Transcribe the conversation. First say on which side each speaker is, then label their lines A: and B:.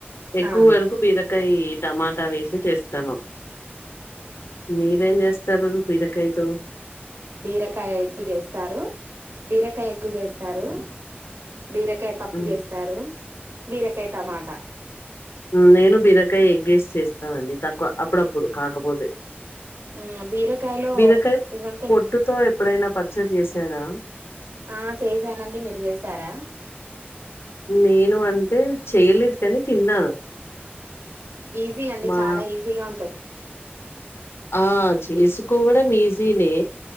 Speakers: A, on the left (about 85°); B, on the right (about 80°).
A: ఎక్కువ
B: ఆ
A: వరకు బీర కాయి టమాటా వేసి చేస్తాను మీరేం చేస్తారు బిర. కాయతో
B: బీరకాయ ఎగ్గు చేస్తారు బీరకాయ ఎగ్గు చేస్తారు. బీరకాయ పప్పు
A: మ్మ్
B: చేస్తారు బీరకాయ టమాటా
A: ఉమ్ నేను బిరకాయ ఎగ్గేసి చేస్తానండి తక్కువ అప్పుడప్పుడు కాకపోతే.
B: మ్మ్ బీరకాయలో
A: బిరాకాయ
B: ఇవి ఉంటాయి
A: పొట్టుతో ఎప్పుడైనా పచ్చడి చేశారా
B: ఆ చేసానండి మీరు చేసారా.
A: నేను అంటే చెయ్యలేదు కానీ తిన్నాను.
B: ఈజీ అండి
A: మా
B: చాలా ఈజీగా ఉంటది.
A: ఆ చేసుకోవడం ఈజీనే